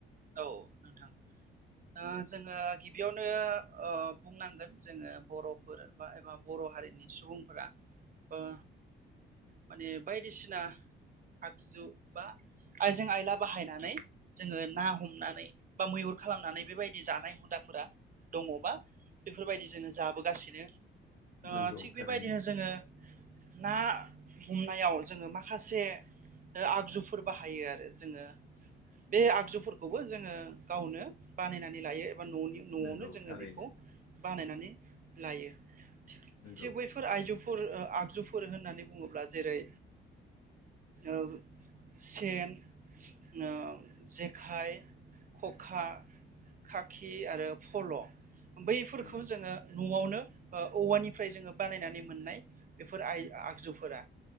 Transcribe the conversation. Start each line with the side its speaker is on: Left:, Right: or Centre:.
Right: औ नोंथां ओ जोङो गिबियावनो औ बुंनांगोन जोङो बर'फोर बा एबा बर' हारिनि सुबुंफोरा ओ माने बायदिसिना आगजु बा आइजें आइला बाहायनानै जोङो नाव हमनानै बा मैहुर खालामनानै बेबायदि जानाय हुदाफोरा दङबा बेफोर बायदि जोङो जाबोगासिनो ओ
Left: नंगौ
Right: थिग
Left: थारैनो।
Right: बेबायदिनो जोङो ना हमनायाव जोङो माखासे ओ आगजुफोर बाहायो आरो जोङो बे आगजुफोर खौबो जोङो गावनो बानायनानै लायो एबा न'नि न'आवनो
Left: नंगौ
Right: जोङो
Left: थारैनो
Right: बेखौ बानायनानै लायो थिख थिग
Left: नंगौ
Right: बैफोर बेफोर आइजौ फोर ओ आगजुफोर होननानै बुङोब्ला जेरै ओ सेन ओ जेखाइ खखा खाखि आरो फल' बैफोरखौ
Left: नंगौ
Right: जोङो न'आवनो ओ औवानिफ्राय जोङो बानायनानै मोननाय बेफोर आइ आगजुफोरा